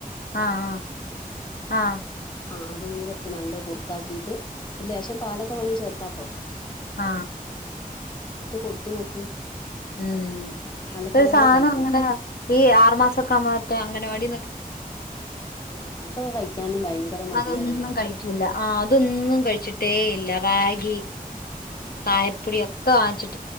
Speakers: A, on the left (about 85°); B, on the left (about 30°).
A: ആ ആ ആ
B: ആ അതും കൂടെ ഇട്ട് നല്ല കുറുക്കാക്കിയിട്ട് ഒരു ലേശം പാലൊക്കെ വേണങ്കി ചേർക്കാട്ടോ
A: ആ
B: കൊടുത്തു നോക്ക്
A: ഉം
B: നല്ലപോലെ
A: ഇപ്പൊ ഒരു സാധനം
B: കഴിക്കും
A: അങ്ങനെ ഈ ആറുമാസംഒക്കെ ആവുമ്പോ അങ്ങനവാടി
B: ആ അതൊക്കെ കഴിക്കാനും ഭയങ്കര മടിയാണ്
A: അതൊന്നും
B: പിള്ളേർക്ക്
A: കഴിക്കൂല്ല ആ അതൊന്നും കഴിച്ചിട്ടേ ഇല്ല റാഗി കായപ്പടി ഒക്കെ വാങ്ങിച്ചിട്ട